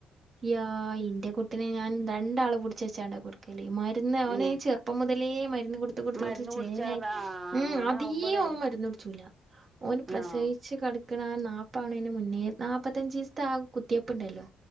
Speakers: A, on the right (about 45°); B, on the right (about 30°).
A: ഇയാ ഇന്റെ കുട്ടിനെ ഞാൻ രണ്ടാള് പുടിച്ച് വെച്ചോണ്ടാ കൊടുക്ക <unintelligible> മരുന്ന് അവനീ
B: ഉം
A: ചെറുപ്പം മുതലേ മരുന്ന് കൊടുത്ത് കൊടുത്ത്
B: മരുന്ന് കുടിച്ചാ
A: ചേലായി
B: ആ
A: ഉം
B: അങ്ങനെ
A: അതേ
B: ആവുമ്പളേ
A: ഇപ്പൊ ഓൻ മരുന്നു കുടിച്ചൂല ഓന് പ്രസയിച്ച്
B: ആ
A: കെടക്കണ ആ നാ പവണേന് മുന്നേ നാല്പ്പത്തഞ്ചിസത്തെ ആ കുത്തിയപ്പ ഉണ്ടല്ലോ